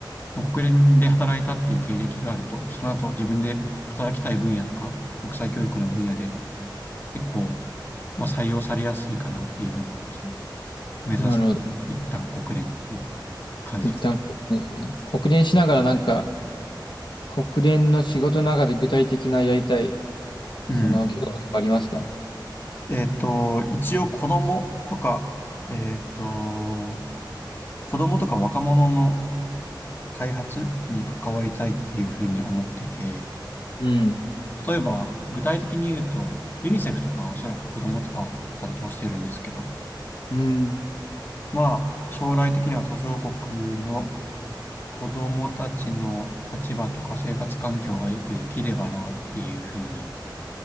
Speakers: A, on the left (about 25°); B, on the left (about 75°).
A: まあ、国連で働いたっていう経歴があると、その後自分で働きたい分野とか、国際協力の分野で結構、まあ、採用されやすいかなっていうふうに思ってて、目指すのは一旦国連っていう感じですね。
B: なるほど。一旦国連国連しながらなんか、国連の仕事の中で具体的なやりたい、
A: うん。
B: その業務とかありますか
A: えっと、一応子供とか、えっと、子供とか若者の開発に関わりたいっていうふうに思ってて、
B: うん。
A: 例えば、具体的に言うと、ユニセフとかはおそらく子供とかを担当してるんですけど、
B: うん。
A: まあ、将来的には途上国の子供たちの立場とか生活環境がよくできればなっていうふうに、